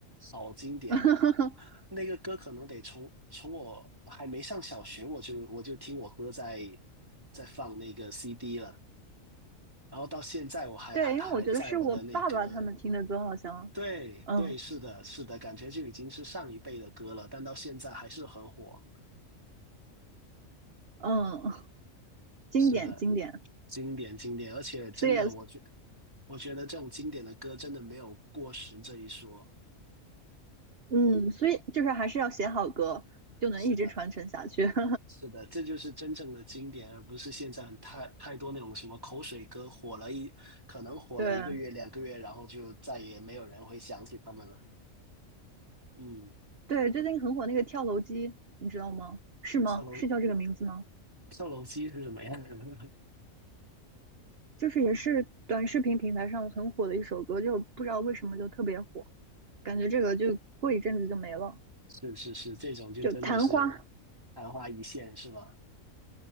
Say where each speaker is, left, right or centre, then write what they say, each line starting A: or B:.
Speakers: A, on the right (about 15°); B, on the right (about 50°).
A: 好经典，
B: <laughs>
A: 那个歌可能得从从我还没上小学我就我就听我哥在在放那个 CD 了，然后到现在我还他还在我的那个
B: 对，因为我觉得是我爸爸他们听的歌，好像，
A: 对对，
B: 嗯
A: 是的，是的，感觉就已经是上一辈的歌了，但到现在还是很火。
B: 嗯，经典经典，
A: 是的，经典经典，而且真的，
B: 所以
A: 我觉我觉得这种经典的歌真的没有过时这一说。
B: 嗯，所以就是还是要写好歌，就能一直传承下去。
A: 是的，
B: <laughs>
A: 是的，这就是真正的经典，而不是现在很太太多那种什么口水歌，火了一可能火了一个月、
B: 对
A: 两个月，然后就再也没有人会想起他们了。嗯，
B: 对，最近很火那个跳楼机，你知道吗？是吗？
A: 跳楼
B: 是叫这个名字吗？
A: 跳楼机是什么样的？
B: 就是也是短视频平台上很火的一首歌，就不知道为什么就特别火，感觉这个就过一阵子就没了。
A: <laughs> 是是是，这种就真的是
B: 就昙花，
A: 昙花一现，是吧？